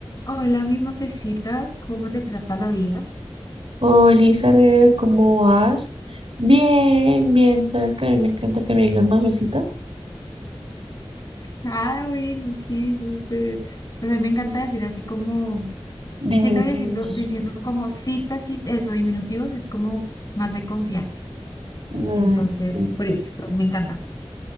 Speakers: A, on the left; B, on the right.
A: Hola, mi mafecita, ¿cómo te trata la vida?
B: Hola, Elizabeth, ¿cómo vas? Bien, bien, sabes que a mí me encanta que me digas mafecita.
A: Ah, bueno, sí, súper. Pues a mí me encanta decir así como,
B: Diminutivos.
A: siento que diciendo, diciendo como citas y eso, diminutivos, es como más de confianza.
B: Ay,
A: Entonces,
B: sí.
A: por eso, me encanta.